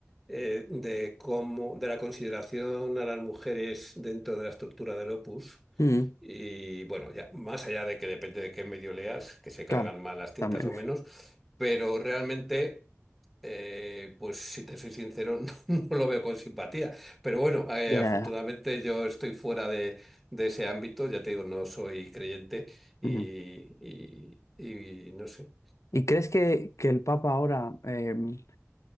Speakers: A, in the centre; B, on the left.
A: eh, de cómo, de la consideración a las mujeres dentro de la estructura del Opus.
B: Mm,
A: Y bueno, ya, más allá de que depende de qué medio leas, que se cargan
B: claro,
A: más las tintas
B: también.
A: o menos,
B: <laughs>
A: pero realmente, eh, pues si te soy sincero, <laughs> no, no lo veo con simpatía. Pero bueno, eh,
B: Ya,
A: afortunadamente
B: ya, ya.
A: yo estoy fuera de, de ese ámbito, ya te digo, no soy creyente y,
B: Ujú.
A: y- y no sé.
B: ¿Y crees que, que el Papa ahora, em,